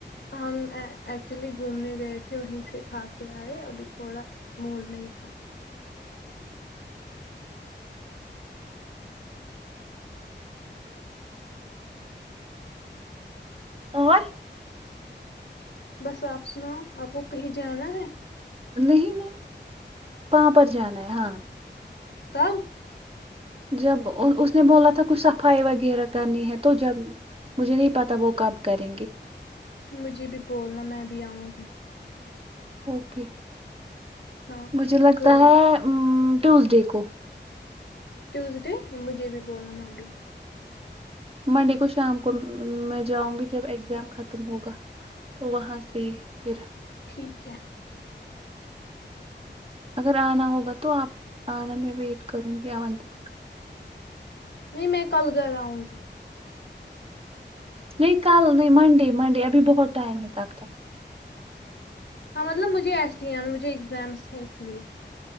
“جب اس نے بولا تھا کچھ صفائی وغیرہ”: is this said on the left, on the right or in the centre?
Right